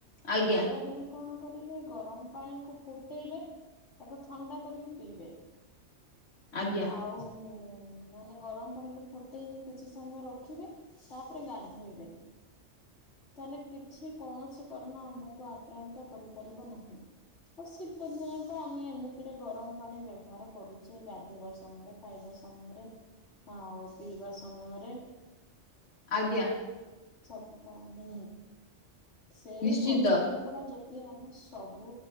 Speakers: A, on the left (about 85°); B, on the left (about 70°).
A: ଆଜ୍ଞା
B: ଖରାଦିନେ କଣ କରିବେ ଗରମ୍ ପାଣି କୁ ଫୁଟେଇବେ ତାକୁ ଥଣ୍ଡା କରିକି ପିଇବେ
A: ଆଜ୍ଞା
B: ଆଉ ମାନେ ଗରମ୍ ପାଣି କୁ ଫୁଟେଇକି କିଛି ସମୟ ରଖିବେ ତାପରେ ଗାଧୋଇବେ। ତାହେଲେ କିଛି କୌଣସି କରୋନା ଆମକୁ ଆକ୍ରାନ୍ତ କରିପାରିବ ନାହିଁ। ଆଉ ଶୀତଦିନେ ତ ଆମେ ଏମିତିରେ ଗରମ୍ ପାଣି ବ୍ୟବହାର କରୁଚେ ଗାଧେଇବା ସମୟରେ। ଖାଇବା ସମୟରେ ଆଉ ପିଇବା ସମୟରେ
A: ଆଜ୍ଞା।
B: ସବୁ ତ ହୁଁ ସେଇ
A: ନିଶ୍ଚିନ୍ତ
B: ପଦକ୍ଷେପ୍ ଅଥବା ଯଦି ଆମେ ସବୁ